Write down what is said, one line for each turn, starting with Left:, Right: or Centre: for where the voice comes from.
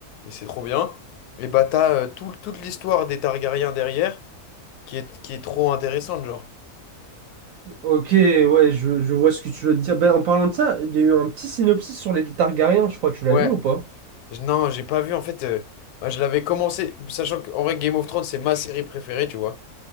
Left: et c'est trop bien. Et bah t'as euh, tout- toute l'histoire des Targaryens derrière, qui est, qui est trop intéressante, genre.
Right: Ok, ouais, je, je vois ce que tu veux dire. Ben, en parlant de ça, il y a eu un petit synopsis sur les Targaryens, je crois, tu l'as
Left: Ouais.
Right: vu ou pas?
Left: Je- Non, j'ai pas vu, en fait, euh, bah, je l'avais commencé, sachant qu'en vrai Game of Thrones, c'est ma série préférée, tu vois.